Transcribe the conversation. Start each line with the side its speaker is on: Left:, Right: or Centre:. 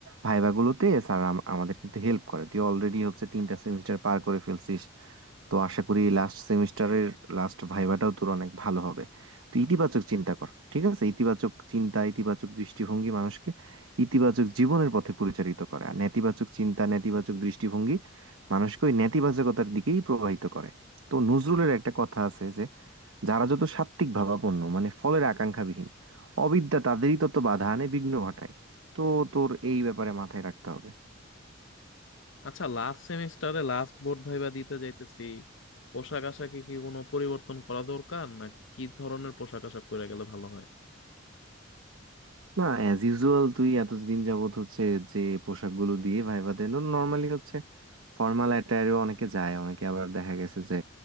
Right: ভাইভাগুলোতে স্যাররা আম- আমাদের কিন্তু হেল্প করে তুই অলরেডি হচ্ছে তিনটা সেমিস্টার পার করে ফেলছিস তো আশা করি লাস্ট সেমিস্টারের লাস্ট ভাইভাটাও তোর অনেক ভালো হবে তো ইতিবাচক চিন্তা কর ঠিক আছে ইতিবাচক চিন্তা ইতিবাচক দৃষ্টিভঙ্গি মানুষকে ইতিবাচক জীবনের পথে পরিচালিত করে আর নেতিবাচক চিন্তা নেতিবাচক দৃষ্টিভঙ্গি মানুষকে ওই নেতিবাচকতার দিকেই প্রবাহিত করে তো নজরুলের একটা কথা আছে যে যারা যত সাত্ত্বিক ভাবাপন্ন মানে ফলের আকাঙ্ক্ষাবিহীন অবিদ্যা তাদেরই তত বাধা আনে বিঘ্ন ঘটায় তো তোর এই ব্যাপারে মাথায় রাখতে হবে
Left: আচ্ছা লাস্ট সেমিস্টারে লাস্ট বোর্ড ভাইবা দিতে যাইতেছি পোশাক আশাকে কি কোনো পরিবর্তন করা দরকার না কি ধরনের পোশাক আশাক পরে গেলে ভালো হয়
Right: না অ্যাজ ইউজুয়াল তুই এতদিন যাবত হচ্ছে যে পোশাকগুলো দিয়ে ভাইবা দেন নর্মালি হচ্ছে ফর্মাল অ্যাটায়ারেও অনেকে যায় অনেকে আবার দেখা গেছে যে